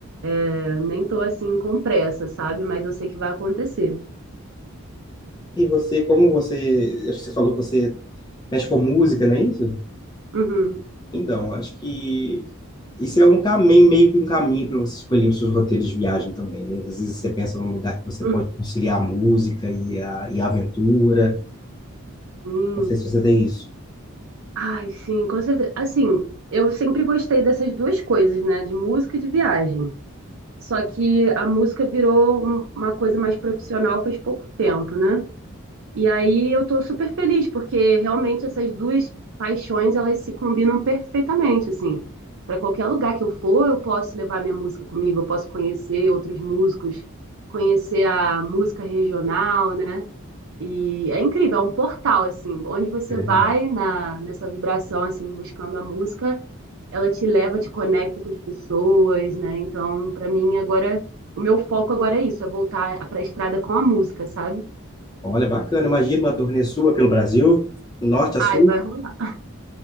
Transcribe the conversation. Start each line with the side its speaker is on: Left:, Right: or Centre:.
Right: eu nem tô assim com pressa, sabe? Mas eu sei que vai acontecer.
Left: E você, como você, acho que você falou que você mexe com música, não é isso?
Right: Uhum.
Left: Então, acho que Isso é um caminho, meio que um caminho para você escolher os seus roteiros de viagem também, né? Às vezes você pensa num lugar que você
Right: Uhum.
Left: pode conciliar a música e a, e a aventura.
Right: Sim.
Left: Não sei se você tem isso.
Right: Ai, sim, com certeza. Assim, eu sempre gostei dessas duas coisas, né? De música e de viagem. Só que a música virou um- uma coisa mais profissional faz pouco tempo, né? E aí eu tô super feliz, porque realmente essas duas paixões, elas se combinam perfeitamente, assim. Para qualquer lugar que eu for, eu posso levar minha música comigo, eu posso conhecer outros músicos, conhecer a música regional, né? E é incrível, é um portal, assim, onde você
Left: É verdade.
Right: vai na, nessa vibração, assim, buscando a música, ela te leva, te conecta com as pessoas, né? Então, pra mim, agora, o meu foco agora é isso, é voltar pra estrada com a música, sabe?
Left: Olha, bacana. Imagina uma turnê sua pelo Brasil, do norte a
Right: Ai,
Left: sul.
Right: vai rolar.